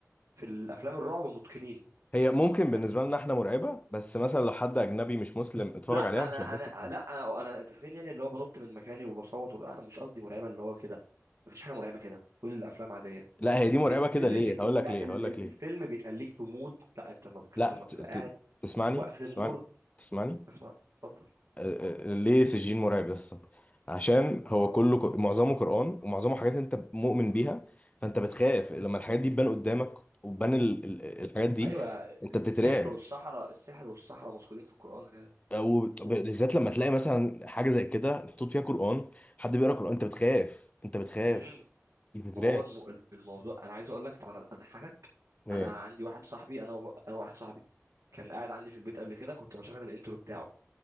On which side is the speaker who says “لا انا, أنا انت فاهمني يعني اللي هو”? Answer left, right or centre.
Right